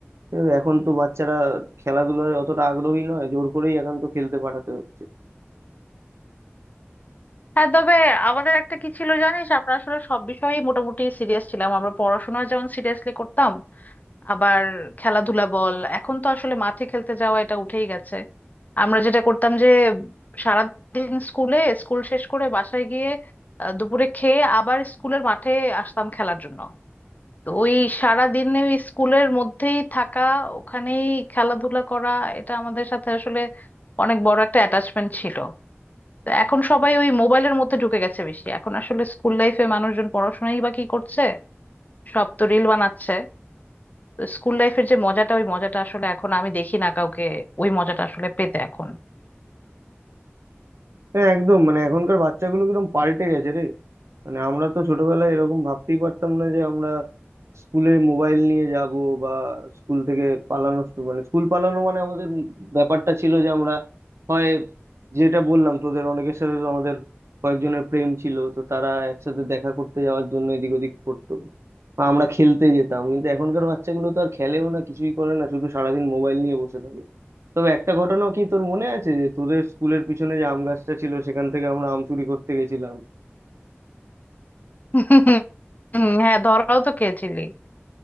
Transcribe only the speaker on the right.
ঠিক আছে, এখন তো বাচ্চারা খেলাধুলায় অতটা আগ্রহী নয় জোর করেই এখন তো খেলতে পাঠাতে হচ্ছে
হ্যাঁ একদম মানে এখনকার বাচ্চাগুলো কিরকম পাল্টে গেছে রে মানে আমরা তো ছোটবেলায় এরকম ভাবতেই পারতাম না যে আমরা স্কুলে মোবাইল নিয়ে যাব বা স্কুল থেকে পালানো শু- মানে স্কুল পালানো মানে আমাদের ব্যাপারটা ছিল যে আমরা হয় যেটা বললাম তোদের অনেকের সাথে তো আমাদের কয়েকজনের প্রেম ছিল তো তারা একসাথে দেখা করতে যাওয়ার জন্য এদিক ওদিক করতো বা আমরা খেলতে যেতাম কিন্তু এখনকার বাচ্চাগুলো তো আর খেলেও না কিছুই করে না শুধু সারাদিন মোবাইল নিয়ে বসে থাকে তবে একটা ঘটনাও কি তোর মনে আছে যে তোদের স্কুলের পিছনে যে আম গাছটা ছিল সেখান থেকে আমরা আম চুরি করতে গেছিলাম